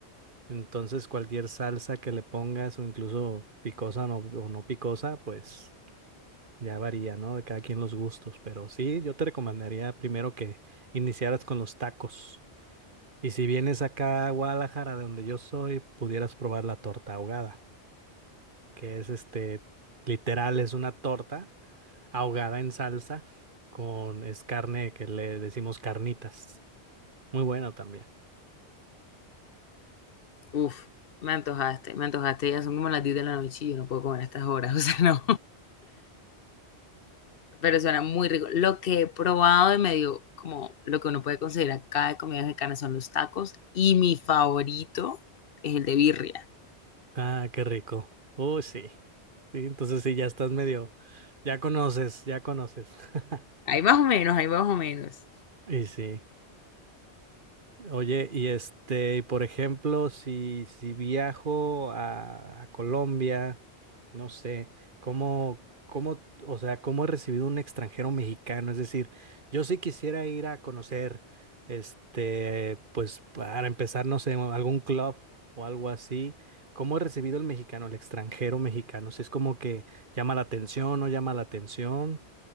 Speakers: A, on the right (about 50°); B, on the left (about 60°).
A: Entonces cualquier salsa que le pongas o incluso picosa no- o no picosa, pues ya varía, ¿no? De cada quien los gustos. Pero sí, yo te recomendaría primero que iniciaras con los tacos. Y si vienes acá a Guadalajara, de donde yo soy, pudieras probar la torta ahogada, que es este, literal, es una torta ahogada en salsa con, es carne que le decimos carnitas. Muy bueno también.
B: Uf, me antojaste, me antojaste, ya son como las 10 de la noche y yo no puedo comer a estas horas, <laughs> o sea, no. pero suena muy rico. Lo que he probado y me dio como lo que uno puede conseguir acá de comida mexicana son los tacos y mi favorito es el de birria.
A: Ah, qué rico. Uy, sí. Sí, entonces sí, ya estás medio, ya conoces, ya conoces. <laughs>
B: Ahí más o menos, ahí más o menos.
A: Y sí. Oye, y este, por ejemplo, si, si viajo a, a Colombia, no sé, ¿cómo, cómo, o sea, cómo he recibido un extranjero mexicano? Es decir, yo sí quisiera ir a conocer, este, pues para empezar, no sé, algún club o algo así. ¿Cómo he recibido el mexicano, el extranjero mexicano? Si es como que llama la atención, no llama la atención,